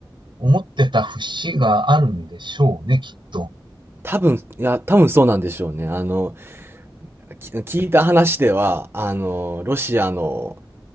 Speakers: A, on the right; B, on the right.
A: 思ってた節があるんでしょうね、きっと。
B: 多分、いや、多分そうなんでしょうね。あの、き聞いた話では、あの、ロシアの